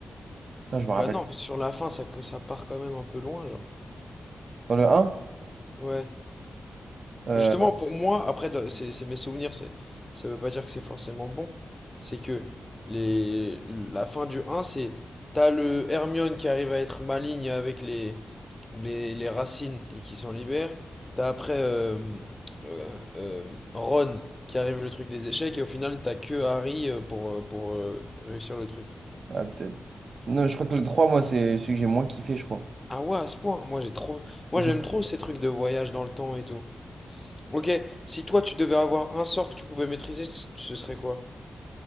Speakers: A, on the right; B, on the left.
A: Putain, je me rappelle.
B: Bah non, parce que sur la fin ça, ça part quand même un peu loin genre.
A: Dans le un
B: Ouais.
A: euh,
B: Justement, pour moi, après, de- c'est c'est mes souvenirs, c'est- ça veut pas dire que c'est forcément bon. C'est que les, la fin du un c'est t'as le Hermione qui arrive à être maligne avec les, les, les racines et qui s'en libère. T'as après euh, euh, euh, Ron qui arrive le truc des échecs et au final, t'as que Harry euh, pour, euh, pour euh, réussir le truc.
A: Ouais, peut-être. Non, je crois que le 3 moi, c'est celui que j'ai moins kiffé, je crois.
B: Ah ouais, à ce point, moi j'ai trop, moi
A: Mhm.
B: j'aime trop ces trucs de voyage dans le temps et tout. Ok, si toi tu devais avoir un sort que tu pouvais maîtriser, ce ce serait quoi?